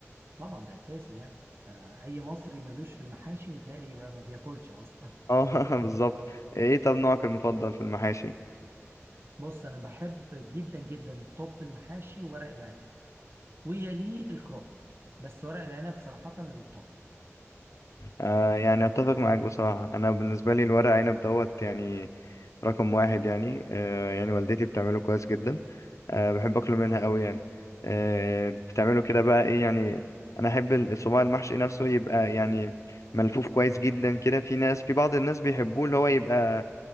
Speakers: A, on the right; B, on the left.
A: طبعا ده أساسي يعني آه، أي مصري ملوش في المحاشي متهيألي يبقى ما بياكلش أصلا
B: اه <laughs> بالظبط ايه طب نوعك المفضل في المحاشي
A: <laughs> بص أنا بحب جدا جدا الطب في المحاشي ورق العنب ويليه الكرنب بس ورق العنب صراحة الطب
B: آه يعني اتفق معاك بصراحة انا بالنسبة لي الورق عنب دوت يعني رقم واحد يعني آه يعني والدتي بتعمله كويس جدا آه بحب اكله منها قوي يعني آه بتعمله كده بقى ايه يعني انا احب الصباع المحشي نفسه يبقى يعني ملفوف كويس جدا كده في ناس في بعض الناس بيحبوه اللي هو يبقى